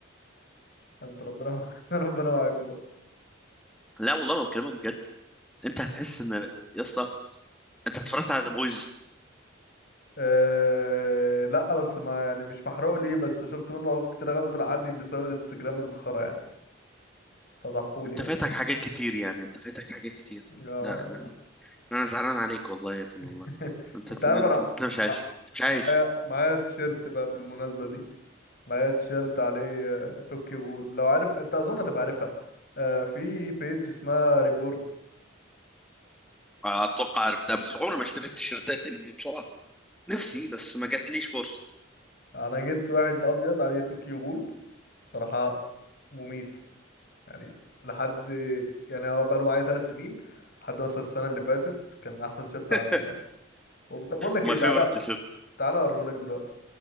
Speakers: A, on the left; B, in the centre.
A: انت ربنا <laughs> مع- ربنا معاكم بقى
B: لا والله ما بكلمك بجد انت هتحس ان يا اسطى انت اتفرجت على ذا بويز
A: أه لا بس ما يعني مش محروق ليه بس شفت منه لقطات كتير غصب عني بسبب الانستجرام الخرا يعني فضحولي
B: انت
A: يعني
B: فاتك حاجات كتير يعني انت فاتك حاجات كتير
A: يا
B: لا
A: الله
B: لا انا زعلان عليك والله يا ابني
A: <laughs>
B: والله انت
A: انت
B: انت
A: عارف
B: انت,
A: انا
B: انت مش
A: مع-
B: عايش انت مش عايش
A: معايا معايا تيشيرت بقى بالمناسبة دي معايا تيشيرت عليه آه، طوكيو غول لو عارف انت اظن هتبقى عارفها آه، في بيج اسمها ريبورن
B: اتوقع عرفتها بس عمري ما اشتريت تيشيرتات انمي بصراحه نفسي بس ما جاتليش فرصه
A: انا جبت واحد ابيض عليه طوكيو غول صراحه مميت يعني لحد يعني هو بقاله معايا ثلاث سنين لحد مثلا السنه اللي فاتت كان احسن شيرت
B: <laughs>
A: عندي يعني طب بقول لك
B: ماي
A: ايه تعالى
B: فيفرت تيشيرت
A: تعالى اوريهولك دلوقتي